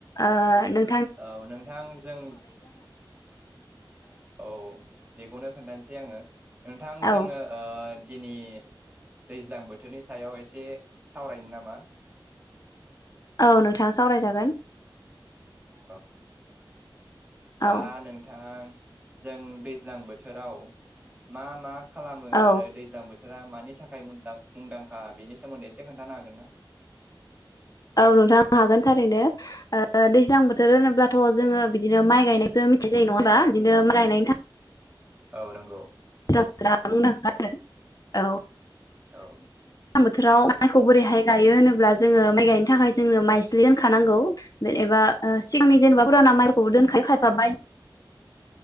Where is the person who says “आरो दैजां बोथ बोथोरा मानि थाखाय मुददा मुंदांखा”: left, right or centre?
Right